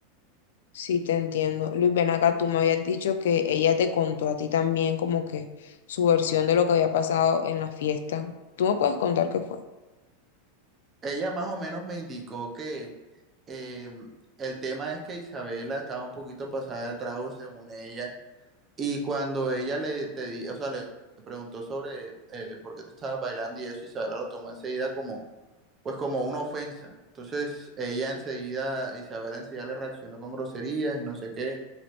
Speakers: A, on the left; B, on the right.
A: Sí, te entiendo. Luis, ven acá, tú me habías dicho que ella te contó a ti también como que su versión de lo que había pasado en la fiesta. Tú me puedes contar qué fue,
B: Ella más o menos me indicó que eh, el tema es que Isabela estaba un poquito pasada de trago según ella. Y cuando ella le, te di- o sea, le preguntó sobre eh, por qué te estabas bailando y eso, Isabela lo tomó enseguida como, pues como una ofensa. Entonces ella enseguida, Isabela enseguida le reaccionó con groserías y no sé qué.